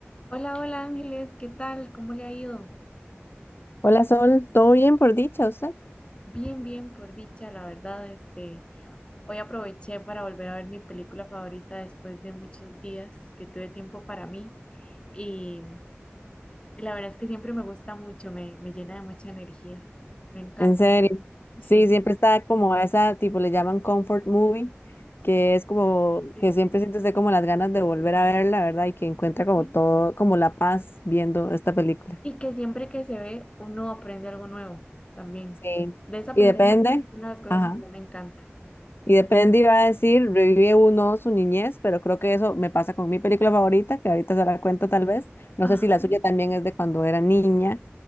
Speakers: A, on the left; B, on the left.
A: Hola, hola Ángeles, ¿qué tal? ¿Cómo le ha ido?
B: Hola Sol, ¿todo bien por dicha usted?
A: Bien, bien, por dicha, la verdad, este, hoy aproveché para volver a ver mi película favorita después de muchos días que tuve tiempo para mí y, y la verdad es que siempre me gusta mucho, me, me llena de mucha energía, me encanta,
B: En serio.
A: sí,
B: Sí, siempre está como a esa, tipo le llaman comfort movie, que es como
A: sí,
B: que siempre siente usted como las ganas de volver a verla, ¿verdad? Y que encuentra como
A: sí.
B: todo, como la paz viendo esta película.
A: Y que siempre que se ve uno aprende algo nuevo también.
B: Sí.
A: De esa
B: Y
A: película,
B: depende.
A: es una de las cosas
B: Ajá.
A: que yo me encanta.
B: Y depende, iba a decir, revive uno su niñez, pero creo que eso me pasa con mi película favorita, que ahorita se la cuento tal vez. No
A: Ajá,
B: sé si la suya también es de cuando era niña